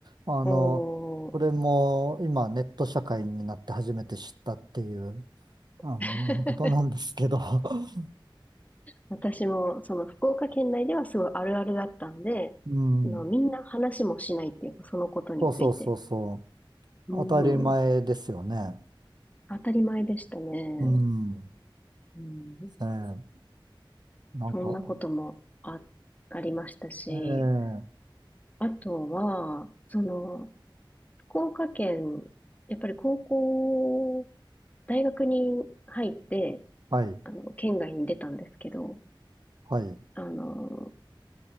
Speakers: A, on the right; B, on the left.
A: あの、
B: おー。
A: これも今ネット社会になって初めて知ったっていう、あの、
B: <laughs>
A: ことなんですけど。<laughs>
B: 私も、その福岡県内ではすごいあるあるだったんで、
A: うん。
B: あの、みんな話もしないっていうか、そのことについて。
A: そうそうそうそう。
B: うん
A: 当たり前ですよね。
B: 当たり前でしたね。
A: うん。
B: うん。
A: ええなんか、
B: そんなこともあ、ありましたし、
A: ええ
B: あとは、その、福岡県、やっぱり高校、大学に入って、
A: はい、
B: あの、県外に出たんですけど、
A: はい。
B: あの、